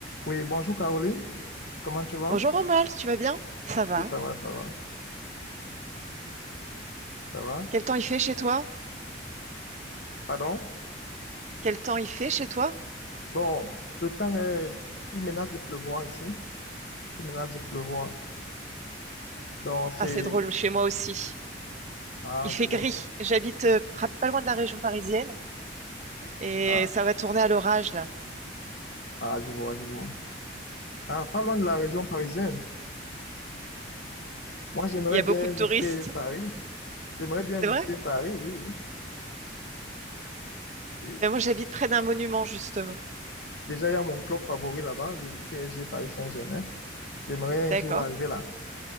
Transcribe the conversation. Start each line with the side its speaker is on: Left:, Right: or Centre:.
Left: Oui, bonjour Caroline. Comment tu vas?
Right: Bonjour Romuald, tu vas bien? Ça va.
Left: Oui, ça va, ça va, ça va.
Right: Quel temps il fait chez toi?
Left: Pardon?
Right: Quel temps il fait chez toi?
Left: Bon, le temps est... Il menace de pleuvoir ici. Il menace de pleuvoir. Donc, c'est...
Right: Ah, c'est drôle, chez moi aussi.
Left: Ah,
Right: Il fait
Left: je vois.
Right: gris. J'habite euh, pra- pas loin de la région parisienne et
Left: Ah,
Right: ça va tourner à l'orage là.
Left: ah, je vois, je vois. Ah, pas loin de la région parisienne. Moi, j'aimerais
Right: Il y a
Left: bien
Right: beaucoup de touristes.
Left: visiter Paris. J'aimerais bien
Right: C'est
Left: visiter
Right: vrai?
Left: Paris, oui, oui. Et
Right: Ben moi j'habite près d'un monument justement.
Left: déjà, il y a mon club favori là-bas, le PSG Paris Saint-Germain. J'aimerais
Right: D'accord.
Left: un jour arriver là.